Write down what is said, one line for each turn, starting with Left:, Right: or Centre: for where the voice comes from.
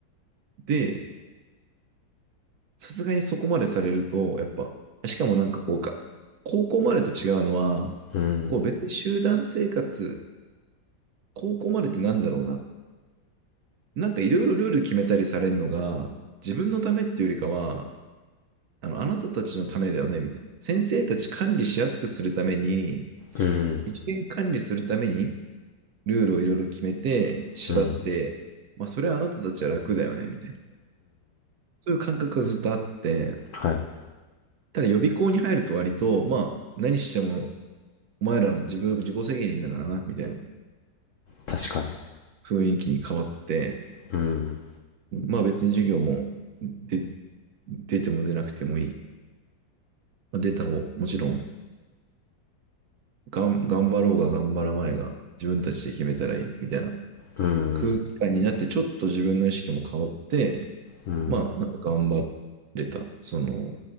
Right: で、さすがにそこまでされると、やっぱ、しかもなんかこうか、高校までと違うのは、
Left: うん。
Right: こう別に集団生活、高校までってなんだろうな。なんかいろいろルール決めたりされるのが、自分のためっていうよりかは、あの、あなたたちのためだよね、みたいな。先生たち管理しやすくするために、
Left: うん。
Right: 一元管理するために、ルールをいろいろ決めて、縛って、
Left: うん。
Right: まあ、それはあなたたちは楽だよね、みたいな。そういう感覚がずっとあって、
Left: はい。
Right: ただ予備校に入ると割と、まあ、何してもお前らの自分、自己責任だからな、みたいな
Left: 確かに。
Right: 雰囲気に変わって、
Left: うん。
Right: まあ別に授業もで出ても出なくてもいい。まあ、出た方、もちろんがん、頑張ろうが頑張らないが、自分たちで決めたらいい、みたいな
Left: うん。
Right: 空気感になって、ちょっと自分の意識も変わって、
Left: うん。
Right: まあ、なんか頑張れた。その、